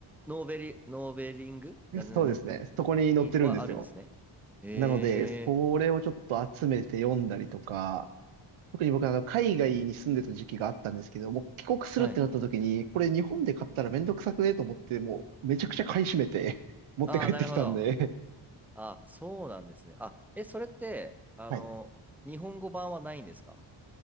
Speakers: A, in the centre; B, on the right (about 80°).
A: ノーベリ、ノーベリングな、な、
B: そうですね、
A: なんて、
B: そこに載ってるんですよ。
A: にはあるんですね。ええ
B: なので、それをちょっと集めて読んだりとか、特に僕はあの海外に住んでた時期があったんですけど、もう帰国するってなった時に、
A: はい。
B: これ日本で買ったらめんどくさくねと思って、もうめちゃくちゃ買い占めて <laughs> 持って帰ってきたんで
A: ああ、なるほど。あ、そうなんですね。あ、え、それって、あの、
B: はい。
A: 日本語版はないんですか